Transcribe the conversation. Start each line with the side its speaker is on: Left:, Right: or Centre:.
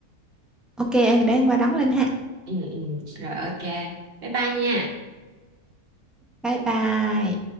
Centre: ok để anh qua đón Linh ha
Right: ừ, ừ. rồi ok bye bye nha
Centre: bye bye